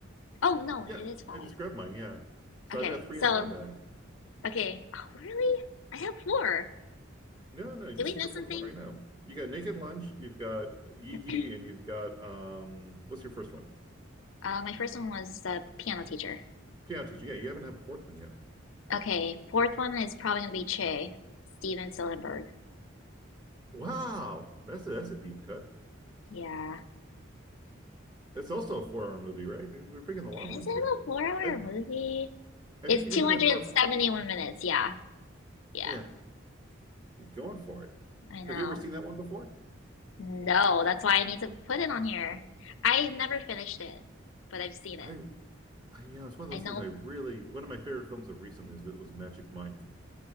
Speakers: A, on the left; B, on the right.
A: Oh, no,
B: yeah,
A: it is five.
B: I just grabbed mine. Yeah. So
A: Okay.
B: I've got three
A: So,
B: in my bag.
A: okay. Oh, really? I have four.
B: No, no, this
A: Did we
B: is
A: miss
B: your fourth
A: something?
B: one right now. You got Naked Lunch, you've got Yigi,
A: <clears throat>
B: and you've got, um, what's your first one?
A: Uh, my first one was the piano teacher.
B: Piano Teacher. Yeah, you haven't had a fourth one yet.
A: Okay, fourth one is probably gonna be Che, Steven Soderbergh.
B: Wow. That's a, that's a deep cut.
A: Yeah.
B: It's also a four-hour movie, right? We- We're picking the long ones
A: Is it a
B: here.
A: four hour
B: I,
A: movie?
B: I
A: It's
B: think,
A: 271
B: it not it part,
A: minutes. Yeah. Yeah,
B: yeah, you're going for it.
A: I know.
B: Have you ever seen that one before?
A: No, that's why I need to put it on here. I never finished it, but I've seen it.
B: I I, you know, it's one of those
A: I know
B: things I really, one of my favorite films of recently is, was Magic Mike.